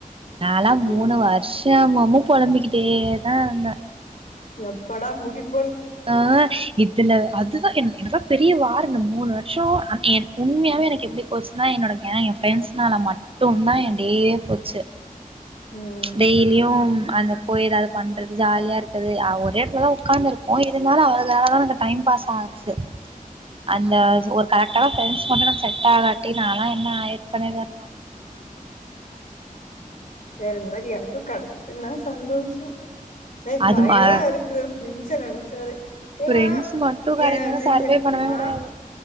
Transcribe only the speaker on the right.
நாலா
மூணு வர்ஷமு மும் பொலம்பிக்கிட்டே தாந்த
ஆஹ் இதுல அத் துதான் என் எனக்லா பெரிய வார் இந்த மூணு வர்ஷோ என் உண்மையாவே எனக் எப்டி போச்சுன்னா என்னோட கேங் என் ஃப்ரெண்ட்ஸ்னால மட்டுந்தா என் டெய்யே போச்சு
டெய்லியு அந்த போய் ஏதாவது பண்றது ஜாலியா இருக்கது ஒரே எடத்துலதா உக்காந்துருப்போ இருந்தாலு அவளுகனால தா எனக்கு டைம் பாஸ் ஆச்சு அந்த ஒரு கரெக்டான ஃப்ரெண்ஸ் மட்டு எனக் செட் ஆகாட்டி நால்லா என்ன ஆயிர்ப்பன்னே தெர்ல
அது
ம
ஃப்ரெண்ட்ஸ் மட்டும் கெடைக்கலனா
சர்வே
பண்ணவே முடியாது